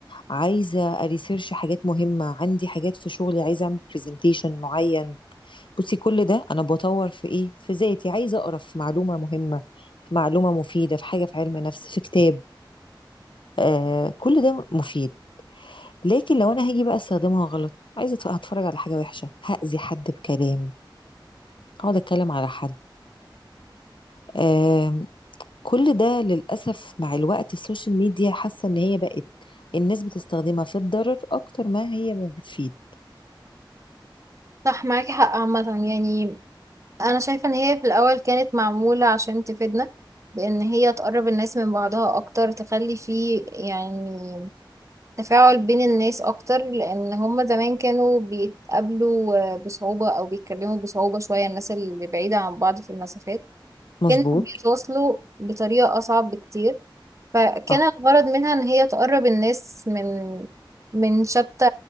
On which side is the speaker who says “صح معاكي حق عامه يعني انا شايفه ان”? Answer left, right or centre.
Right